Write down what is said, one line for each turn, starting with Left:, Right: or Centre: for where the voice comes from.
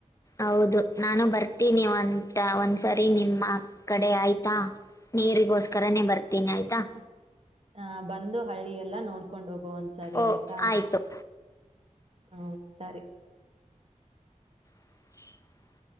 Left: ಹೌದು ನಾನು ಬರ್ತೀನಿ ಒಂತ ಒಂದ್ ಸರಿ ನಿಮ್ಮ ಕಡೆ ಆಯ್ತಾ ನೀರಿಗೋಸ್ಕರನೇ ಬರ್ತೀನಿ ಆಯ್ತಾ
Right: ಹ ಬಂದು ಹಳ್ಳಿ ಎಲ್ಲ ನೋಡ್ಕೊಂಡ್ ಹೋಗೋ ಒಂದ್ಸರಿ
Left: ಓ
Right: ಆಯ್ತಾ
Left: ಆಯ್ತು
Right: ಹ್ಮ ಸರಿ
Left: <inaudible>